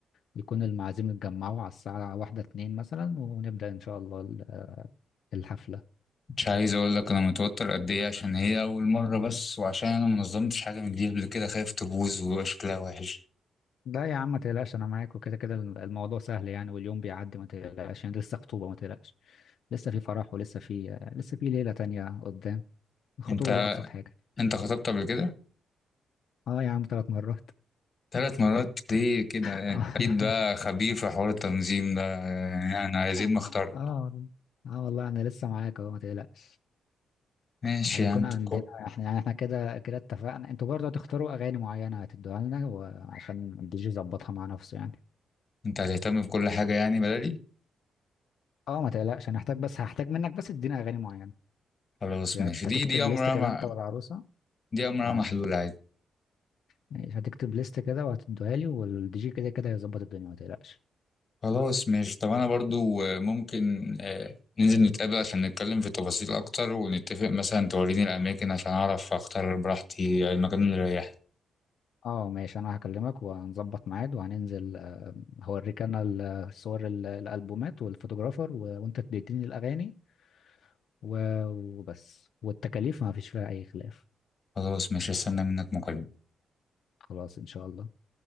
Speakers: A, on the left; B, on the left.
A: يكون المعازيم اتجمعوا على الساعة واحدة اتنين مثلا ونبدأ ان شاء الله ال- الحفلة
B: مش عايز اقول لك انا متوتر قد ايه عشان هي اول مرة بس وعشان انا منظمتش حاجة من دي قبل كده خايف تبوظ ويبقى شكلها وحش
A: لا يا عم ما تقلقش انا معاك وكده كده الموضوع سهل يعني واليوم بيعدي ما تقلقش يعني لسه خطوبة ما تقلقش لسه في فرح ولسه في لسه في ليلة تانية قدام الخطوبة
B: انت
A: دي ابسط حاجة
B: انت خطبت قبل كده
A: اه يا عم ثلاث مرات
B: ثلاث مرات ليه كده
A: <laughs>
B: يعني اكيد ده
A: اه
B: خبير في حوار التنظيم ده يعني انا عايزين
A: اه
B: ما اختار
A: والله اه والله انا لسه معاك اهو ما تقلقش
B: ماشي
A: هيكون
B: يا عم تكو-
A: عندنا احنا يعني احنا كده كده اتفقنا انتوا برضه هتختاروا اغاني معينة هتدوها لنا وعشان الدي جي يظبطها مع نفسه يعني
B: انت هتهتم بكل حاجة يعني بدلي
A: اه ما تقلقش انا هحتاج بس هحتاج منك بس تدينا اغاني معينة
B: خلاص
A: هت-
B: ماشي دي
A: هتكتب
B: دي امرها
A: ليست كده
B: مع...
A: انت والعروسة
B: دي امرها
A: اه
B: محلول عادي
A: ماشي هتكتب ليست كده وهتديها لي والدي جي كده كده هيظبط الدنيا ما تقلقش
B: خلاص ماشي طب انا برضو آه، ممكن آه، ننزل نتقابل عشان نتكلم في تفاصيل اكتر ونتفق مثلا توريني الاماكن عشان اعرف اختار براحتي المكان اللي يريحني
A: اه ماشي انا هكلمك وهنظبط ميعاد وهننزل آه، هوريك انا ال- الصور ال- الالبومات والفوتوغرافر و... وانت تديني الاغاني و... وبس والتكاليف ما فيش فيها اي خلاف
B: خلاص ماشي استنى منك مكالمة
A: خلاص ان شاء الله